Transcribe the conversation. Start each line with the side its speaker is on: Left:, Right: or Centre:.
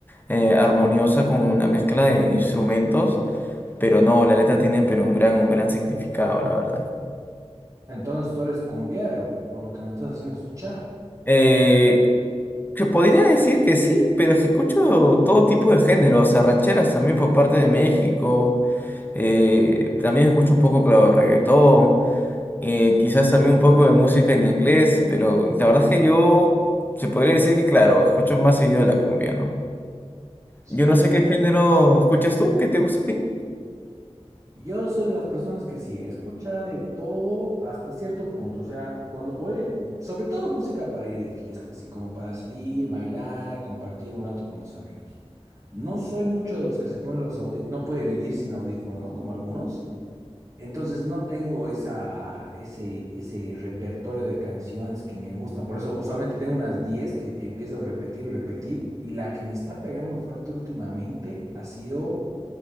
Left: eh, armoniosa con una mezcla de instrumentos, pero no, la letra tiene pero un gran, un gran significado, la verdad.
Right: Entonces tú eres cumbiero, por lo que me estás haciendo escuchar.
Left: Eh, que podría decir que sí, pero es que escucho todo tipo de género, o sea, rancheras también por parte de México. Eh, también escucho un poco, claro, de reggaetón, eh, quizás también un poco de música en inglés, pero la verdad es que yo se podría decir que, claro, escucho más seguido la cumbia, ¿no?
Right: Sí,
Left: Yo
Right: porque
Left: no sé qué género escuchas tú, ¿qué te gusta a ti?
Right: Yo soy de las personas que sí, escucha de todo hasta cierto punto. O sea, cuando voy, eh, sobre todo música para ir de fiesta, así como para salir, bailar, compartir un rato con los amigos. No soy mucho de los que se ponen los audífonos, no puede vivir sin audífonos, ¿no? Como algunos. Entonces no tengo esa, ese, ese repertorio de canciones que me gustan. Por eso usualmente tengo unas 10 que empiezo a repetir y repetir. Y la que me está pegando fuerte últimamente ha sido...